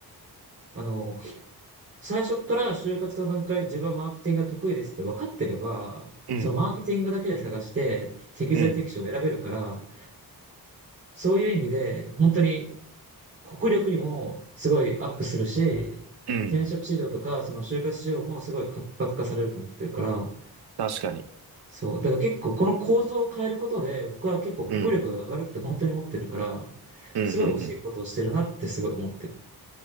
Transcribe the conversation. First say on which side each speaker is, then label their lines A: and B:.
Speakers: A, on the right (about 35°); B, on the right (about 80°).
A: あの、最初から就活の段階で自分はマーケティングが得意ですって分かってれば、
B: うん
A: そのマーケティングだけで探して適材適所を選べるから、
B: うん、
A: そういう意味で本当に国力にもすごいアップするし、
B: うん、
A: 転職市場とかその就活市場もすごい活発化されると思ってるから、
B: 確かに。
A: そう。だから結構この構造を変えることで僕は結構国力が上がるって本当に思ってるから、
B: うん、うん、
A: すごい惜しいことをしてるなってすごい思ってる。
B: うん、うん。